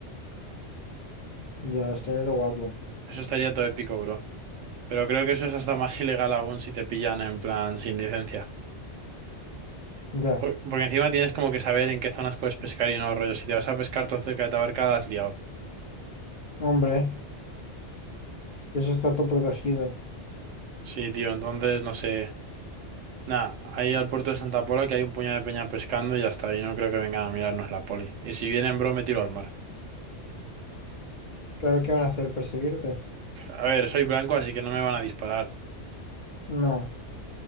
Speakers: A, on the left; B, on the right.
A: Ya, estaría de guapo.
B: Eso estaría todo épico, bro. Pero creo que eso es hasta más <laughs> ilegal aún si te pillan en plan sin licencia.
A: Ya,
B: Por- Porque encima tienes como que saber en qué zonas puedes pescar y no, rollo. Si te vas a pescar todo cerca de Tabarca, la has liado.
A: hombre, que eso está todo protegido.
B: Sí, tío, entonces no sé. Nada, ahí al puerto de Santa Pola que hay un puñado de peña pescando y ya está. Y no creo que vengan a mirarnos la poli. Y si vienen, bro, me tiro al mar.
A: Claro que van a hacer perseguirte.
B: A ver, soy blanco, así que no me van a disparar.
A: No,